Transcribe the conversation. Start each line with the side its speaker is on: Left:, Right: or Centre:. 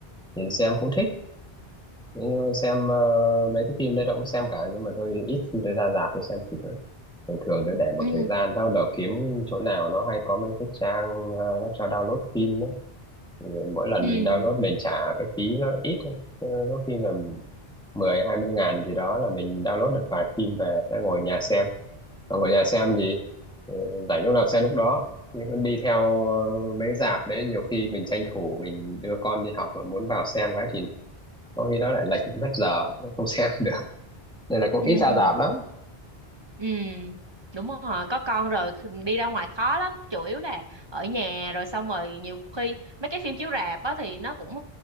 Centre: thì xem cũng thích Nếu như xem ờ, mấy cái phim đấy tôi cũng xem cả nhưng mà tôi ít khi tôi ra rạp tôi xem kịp lắm. Thường thường tôi để một
Right: ừ
Centre: thời gian sau đó kiếm chỗ nào nó hay có mấy cái trang ờ, nó cho download phim đó. Thì mỗi lần
Right: ừ
Centre: mình download mình trả cái phí nó ít thôi. Ờ, Có khi là mười hai mươi ngàn gì đó là mình download được vài phim về ra ngồi nhà xem. Mà ngồi nhà xem thì ờ, rảnh lúc nào xem lúc đó. Nhưng mà đi theo ờ, mấy cái rạp đấy nhiều khi mình tranh thủ mình đưa con đi học mà muốn vào xem cái thì có khi nó lại lệch mất giờ không xem <laughs> được nên là cũng
Right: ừ
Centre: ít ra rạp lắm
Right: Ừ, đúng rồi, có con rồi đi ra ngoài khó lắm, chủ yếu là ở nhà rồi xong rồi nhiều khi mấy cái phim chiếu rạp á thì nó cũng